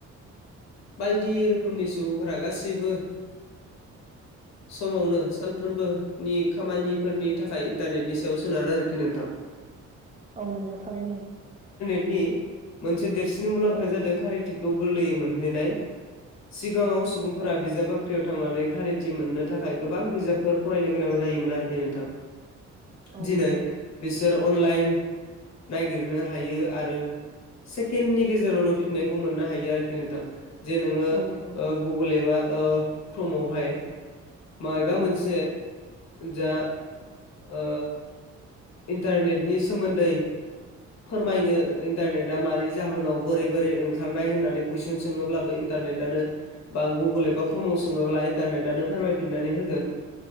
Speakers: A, on the left; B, on the right.
A: बायदि रोखोमनि सुबुंफोरा गासैबो समावनो सानफ्रोमबोनि खामानिफोरनि थाखाय इन्टारनेटनि स याव सोनारो आरोखि नोंथां।
B: औ नंगौ थारैनो नंगौ।
A: नि मोनसे देरसिन मुलाम्फाया
B: औ
A: जादों कारिथिखौ गोरलैयै मोनहैनाय। सिगाङाव सुबुंफोरा
B: औ
A: बिजाब बाख्रियाव थांनानै खारिथि मोननो थाखाय गोबां बिजाब फोर फरायनो गोनां जायोमोन आरोखि नोंथां
B: औ
A: दिनै
B: नंगौ
A: बिसोर अनलाइन नागिरनो हायो आरो सेकेणडनि गेजेरावनो फिननायखौ मोननो हायो आरोखि नोंथां। जे नोङो
B: औ नंगौ
A: ओ गुगोल एबा ओ क्रममावहाय मायबा
B: औ
A: मोनसे जा ओ इन्टारनेटनि सोमोन्दै फोरमायनो
B: औ
A: इन्टारनेट दा मानि जाहोनाव बोरै बोरै ओंखारनाय होननानै कुइसन सोङोब्लाबो इनटारनेटानो बा गु बा क्रममाव सोंयोब्ला इनटारनेटानो फोरायना होगोन।